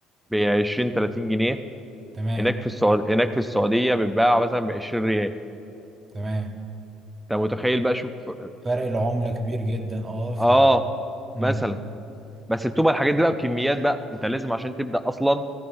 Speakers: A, in the centre; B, on the right.
A: ب 20 30 جنيه
B: تمام
A: هناك في السعود... هناك في السعوديه بيتباع مثلا ب 20 ريال
B: تمام
A: انت متخيل بقى شوف
B: فرق العملة كبير جدا اه ف
A: اه
B: مم.
A: مثلا بس بتبقى الحاجات دي بقى بكميات بقى انت لازم عشان تبدا اصلا